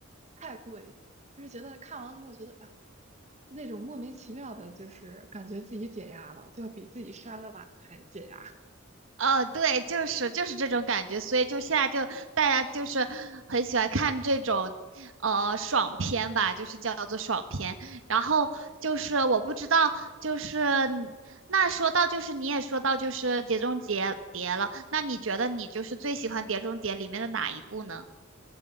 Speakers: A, on the right (about 35°); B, on the right (about 70°).
A: 太过瘾了就是觉得看完了之后觉得啊，那种莫名其妙的，就是感觉自己解压了，就比自己摔了碗还解压。
B: 呃，对，就是就是这种感觉，所以就现在就大家就是很喜欢看这种呃爽片吧，就是叫做爽片。然后就是我不知道，就是你那说到就是你也说到就是《碟中谍》碟了，那你觉得你就是最喜欢《碟中谍》里面的哪一部呢？